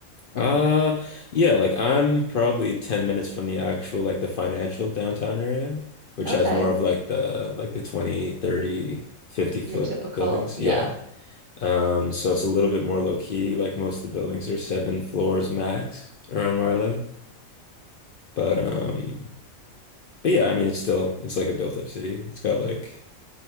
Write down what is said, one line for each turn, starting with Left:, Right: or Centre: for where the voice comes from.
Left: uh yeah, like I'm probably 10 minutes from the actual like the financial downtown area, which
Right: Okay,
Left: has more of like the like the 20, 30, 50 foot
Right: your typical,
Left: buildings.
Right: yeah,
Left: Yeah. Um, so it's a little bit more low key. Like most of the buildings are seven floors max around where I live. But um but yeah, I mean it's still it's like a built up city. It's got like